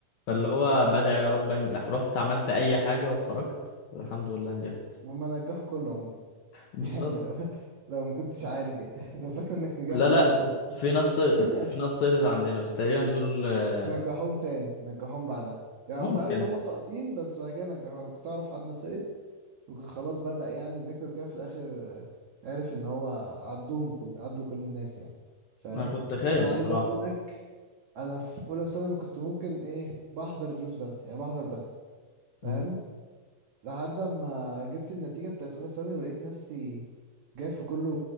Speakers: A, on the left (about 65°); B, on the right (about 70°).
A: فاللي
B: ايوه
A: هو بدعي يا رب انجح رحت عملت اي حاجه وخرجت والحمد لله نجحت
B: هما نجحوا كله عموما <laughs>
A: بالظبط
B: يعني لو لو ما كنتش عارف يعني <laughs> لو فاكر انك نجحت
A: لا لا
B: بمجهودك
A: في ناس سقطت
B: <laughs>
A: في ناس سقطت عندنا بس تقريبا دول آه،
B: بس نجحوهم تاني نجحوهم بعدها يعني
A: ممكن
B: هم قالوا ان هم ساقطين بس بعد كده نجحوا انا كنت اعرف حد سقط وكان خلاص بدأ يعني يذاكر كده في الآخر عرف إن هو عدوهم كل عدوا كل الناس يعني فاهم
A: انا كنت خايف
B: أنا
A: بصراحه
B: عايز أقول لك أنا في أولى ثانوي كنت ممكن إيه بحضر دروس بس يعني بحضر بس فاهم
A: مم.
B: لحد ما جبت النتيجة بتاعت أولى ثانوي ولقيت نفسي جايب في كله